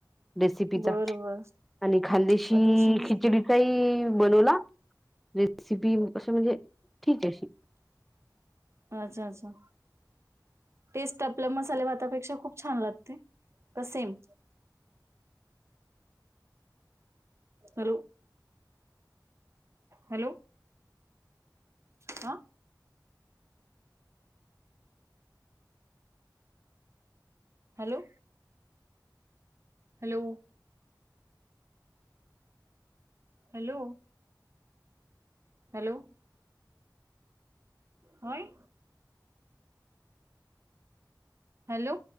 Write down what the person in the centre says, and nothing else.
रेसि चा
आणि खांदेशी
खिचडी काही बनवला रेसिपी असं म्हणजे ठीक आहे अशी